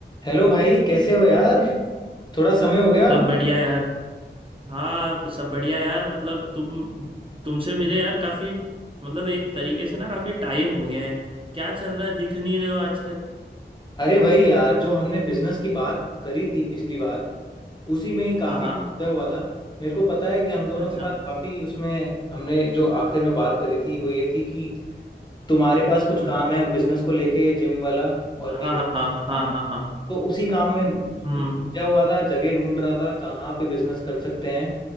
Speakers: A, on the left; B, on the right.
A: हेलो भाई कैसे हो यार थोड़ा समय हो गया
B: सब बढ़िया यार हाँ सब बढ़िया यार मतलब तुम तुमसे मिले यार काफी मतलब एक तरीके से ना काफी टाइम हो गया है क्या चल रहा है दिख नहीं रहे हो आजकल
A: अरे भाई यार जो हमने बिजनेस की बात करी थी पिछली बार उसी में ही काफी
B: हाँ हाँ
A: उलझा हुआ था मेरे को पता है कि हम दोनों
B: अच्छा
A: के पास काफी उसमें हमने जो आखिर में बात करी थी वो ये थी कि तुम्हारे पास कुछ
B: अम,
A: काम है अब बिजनेस को लेके जिम वाला और
B: हाँ
A: मेरे
B: हाँ
A: पास
B: हाँ
A: कुछ
B: हाँ
A: काम है
B: हाँ हाँ
A: तो उसी काम में मैं
B: हम्म
A: उलझा हुआ था जगह ढूंढ रहा था कहाँ पे बिजनेस कर सकते हैं